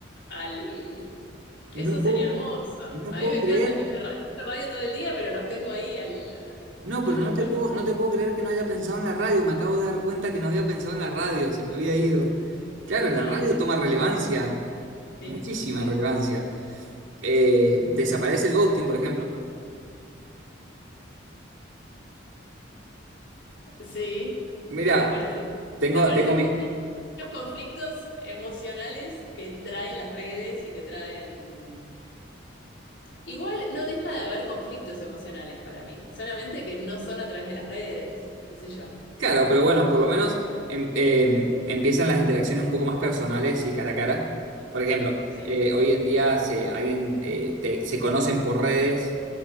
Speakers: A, on the left; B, on the right.
A: al... Eso
B: no
A: sería
B: puedo,
A: hermoso.
B: no
A: A
B: puedo
A: mí me encanta
B: creer.
A: escuchar radio, escucho radio todo el día, pero los tengo ahí al,
B: No, pero
A: a mis
B: no te
A: personas
B: puedo, no te puedo creer que no haya pensado en la radio. Me acabo de dar cuenta que no había pensado en la radio, se me había ido. Claro,
A: en la
B: la
A: radio.
B: radio toma relevancia, muchísima
A: Sí, sí,
B: relevancia.
A: sí.
B: Eh, desaparece el ghosting, por ejemplo.
A: Sí,
B: Mira,
A: desaparece.
B: tengo,
A: Desaparecen
B: tengo mi,
A: muchos de los conflictos emocionales que traen las redes y que traen... Igual no deja de haber conflictos emocionales para mí, solamente que no son a través de las redes, qué sé yo.
B: Claro, pero bueno, por lo menos em- em, empiezan las interacciones un poco más personales y cara a cara. Por ejemplo,
A: Sí.
B: eh, hoy en día se, alguien, eh, te- se conocen por redes,